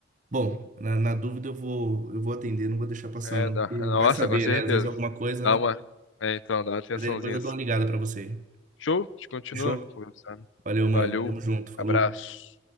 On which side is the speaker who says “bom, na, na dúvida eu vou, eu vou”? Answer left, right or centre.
Right